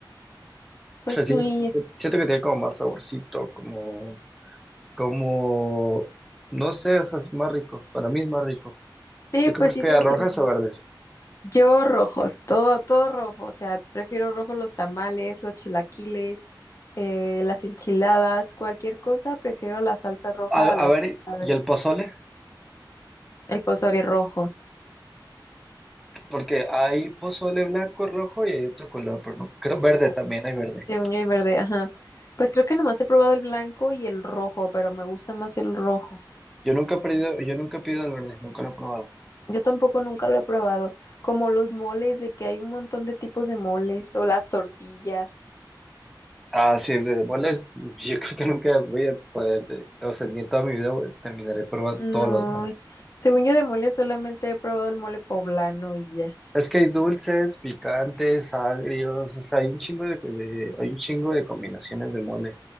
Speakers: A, on the left; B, in the centre.
A: Pues
B: O sea,
A: sí,
B: siento, siento que tiene como más saborcito, como, como, no sé, o sea, es más rico, para mí es más rico.
A: sí,
B: ¿Tú qué
A: pues
B: prefieres,
A: sí te entiendo.
B: rojas o verdes?
A: Yo rojos, todo, todo rojo, o sea, prefiero rojo los tamales, los chilaquiles, eh, las enchiladas, cualquier cosa, prefiero la salsa roja
B: A, a
A: a la
B: ver,
A: salsa verde.
B: ¿y el pozole?
A: El pozole rojo,
B: Porque hay pozole blanco, rojo y hay otro color, pero no. Creo verde también, hay verde.
A: según yo y verde, ajá. Pues creo que nomás he probado el blanco y el rojo, pero me gusta más el rojo.
B: Yo nunca he pedido, yo nunca he pedido el verde, nunca lo he probado.
A: Yo tampoco nunca lo he probado, como los moles, de que hay un montón de tipos de moles, o las tortillas.
B: Ah, sí, el de bolas, <laughs> yo creo que nunca voy a poder, eh, o sea, ni en toda mi vida voy- terminaré probando
A: No,
B: todos los demás.
A: según yo de mole solamente he probado el mole poblano y ya.
B: Es que hay dulces, picantes, agrios, o sea, hay un chingo de, de- hay un chingo de combinaciones de mole.